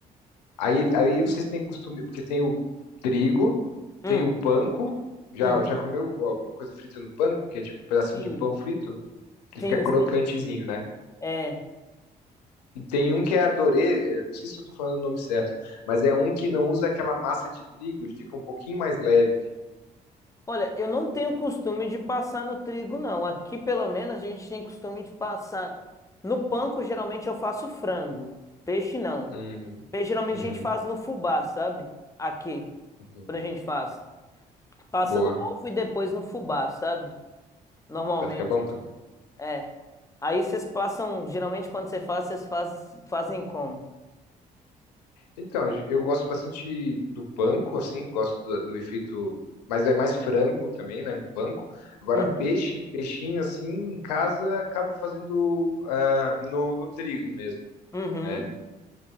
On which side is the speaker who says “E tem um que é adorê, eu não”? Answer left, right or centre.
Left